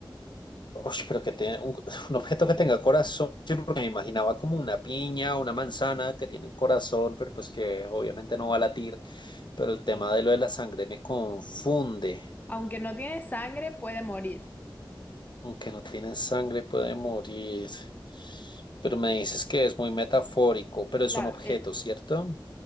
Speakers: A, on the left; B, on the left.
A: Ush, pero que tenga un, <laughs> un objeto que tenga corazón. Sí, porque me imaginaba como una piña, una manzana que tienen corazón, pero pues que obviamente no va a latir. Pero el tema de lo de la sangre me confunde.
B: Aunque no tiene sangre, puede morir.
A: Aunque no tiene sangre, puede morir. Pero me dices que es muy metafórico, pero es
B: Claro,
A: un objeto,
B: el-
A: ¿cierto?